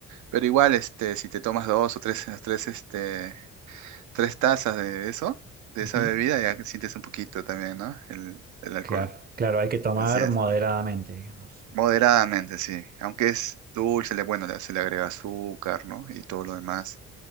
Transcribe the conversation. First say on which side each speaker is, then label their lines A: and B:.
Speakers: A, on the right; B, on the right.
A: Pero igual, este, si te tomas dos o tres, tres, este, tres tazas de eso, de
B: ujú.
A: esa bebida, ya que sientes un poquito también, ¿no? El, el alcohol.
B: Claro, claro, hay que tomar
A: Así es.
B: moderadamente, digamos.
A: Moderadamente, sí. Aunque es dulce, le, bueno, le- se le agrega azúcar, ¿no? Y todo lo demás.